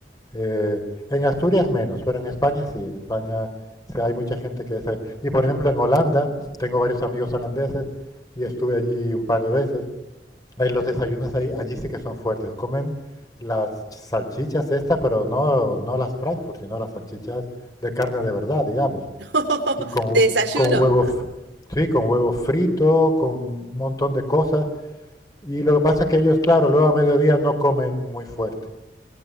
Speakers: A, on the left (about 20°); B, on the right (about 85°).
A: eh, en Asturias menos, pero en España sí, en España sí hay mucha gente que desayuna. Y por ejemplo en Holanda, tengo varios amigos holandeses y estuve allí un par de veces. Ahí los desayunos ahí, allí sí que son fuertes. Comen las salchichas estas, pero no, no las Frankfurt, sino las salchichas de carne de verdad, digamos.
B: <laughs>
A: Y con,
B: De desayuno.
A: con huevos, sí, con huevo frito, con un montón de cosas. Y lo que pasa es que ellos, claro, luego a mediodía no comen muy fuerte.